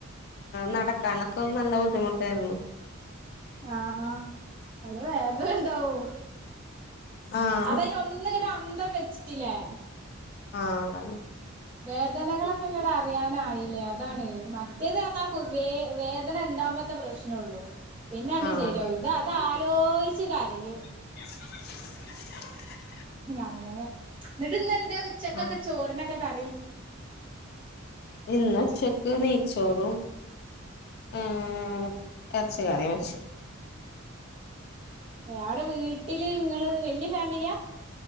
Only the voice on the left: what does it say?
നടക്കാനൊക്കെ നല്ല ബുദ്ധിമുട്ടായിരുന്നു
ആഹ്
ആഹ അതാണ്
ആഹ്
<unintelligible>
ആഹ്
ഇന്ന് ഉച്ചക്ക് നെയച്ചോറും- ഉം എറച്ചറിക്കറി വച്ച്